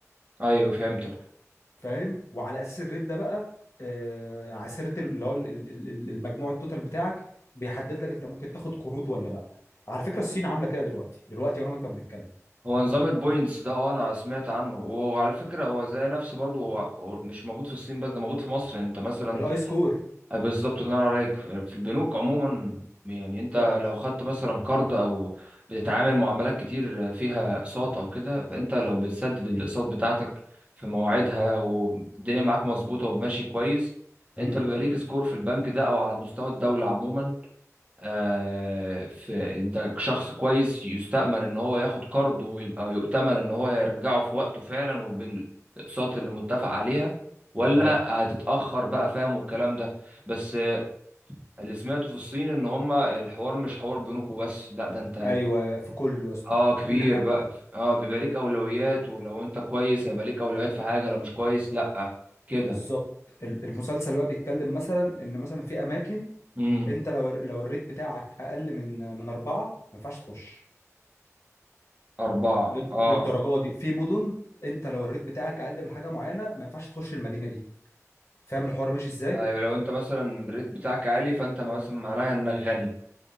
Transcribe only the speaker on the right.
ايوه فهمتك
هو نظام البوينتس ده اه انا سمعت عنه وعلى فكره هو زي نفسه برضو هو هو مش موجود في الصين بس ده موجود في مصر انت مثلا
آه، بالظبط الله ينور عليك ف- في البنوك عموما يعني انت
لو خدت مثلا قرض او بتتعامل معاملات كتير فيها اقساط او كده انت لو بتسدد الاقساط بتاعتك في مواعيدها والدنيا معاك مظبوطه وماشي كويس انت
بيبقى ليك سكور في البنك ده او على مستوى الدوله عموما آه، في انت شخص كويس يستأمن ان هو ياخد قرض ويبقى يؤتمن ان هو هيرجعه في وقته فعلا وبالاقساط اللي متفق عليها ولا
هتتأخر بقى فاهم والكلام ده بس آه، اللي سمعته في الصين ان هما الحوار مش حوار بينكم بس لا ده انت
اه كبير
بقى اه بيبقى ليك اولويات ولو انت كويس هيبقى ليك اولويات في حاجة لو مش كويس لا كده
امم
اربعة
اه
ايوه لو انت مثلا الريت بتاعك عالي فانت مثلا معناها انك غني